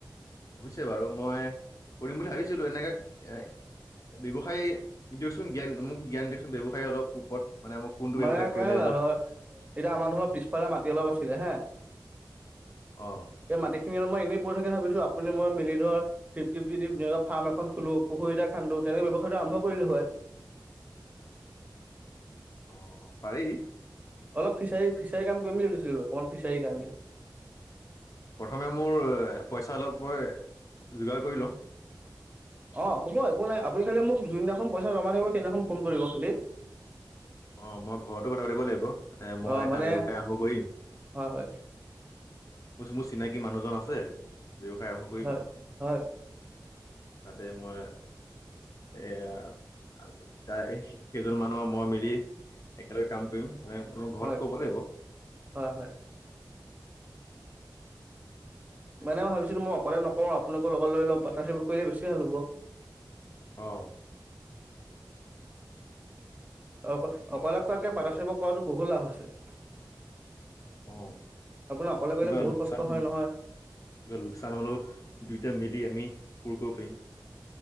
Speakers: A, on the left; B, on the right.
A: হৈছে বাৰু মই কৰিম বুলি ভাবিছিলো এনেকা এ ব্যৱসায় দিয়কচোন জ্ঞান মোক জ্ঞান দিয়কচোন ব্যৱসায় অলপ। ওপৰত মানে মোক কোনটো ব্যৱসায়
B: মানে
A: কৰিলে
B: কেনেকুৱা
A: অলপ
B: ধৰ এতিয়া আমাৰ ধৰ পিছফালে মাটি অলপ আছে। হা-
A: অহ।
B: এই মাটিখিনি মই এনেই পৰি থাকে ভাবিছো আপুনি মই মিলি ধৰক ফিফটি ফিফটি দি ধুনীয়াকে ফাৰ্ম এখন খোলো পুখুৰী এটা খান্দো। তেনেকে ব্যৱসায়টো আৰম্ভ কৰিলো হয়।
A: অ' পাৰি
B: অলপ ফিচাৰী ফিচাৰী কাম কৰি ম বুলিছিলো অকমান ফিচাৰীৰ কাৰণে,
A: প্ৰথমে মোৰ পইচা অলপ মই যোগাৰ কৰি লওঁ,
B: অ' হ'ব একো নাই আপুনি খালি মোক যোনদিনাখন পইচা জমা থাকিব সেইদিনাখন ফোন কৰিব খালী।
A: অ মই ঘৰতো কথা পাতিব লাগিব এ মই
B: অ
A: এটা
B: মানে
A: ব্যৱসায় আৰম্ভ কৰিম।
B: হয় হয়
A: মোৰ মোৰ চিনাকি মানুহজন আছে, ব্যৱসায় আৰম্ভ কৰিম
B: হয় হয়!
A: তাতে মই এয়া, আৰু তাই সেইজন মানুহৰ মই মিলি একেলগে কাম কৰিম। ম ম ঘৰত
B: হয়
A: কব লাগিব,
B: হয় হয়। মানে ম ভাবিচিলো মই অকলে নকওঁ আপোনালোক লগত লই পাৰটাৰ্বি কৰিলে বেছি। ভাল
A: আহ!
B: অ অকল, কাৰকে পাতা চব কৰাটো বহু লাভ আছে।
A: অ
B: আপোনাৰ অকলে কৰিলে
A: কিবা
B: বহুত
A: লচান
B: কষ্ট হয় নহয়
A: কিবা লোকচান হ'লেও দুয়োটা মেলি আমি পূৰ কৰিব পাৰিম।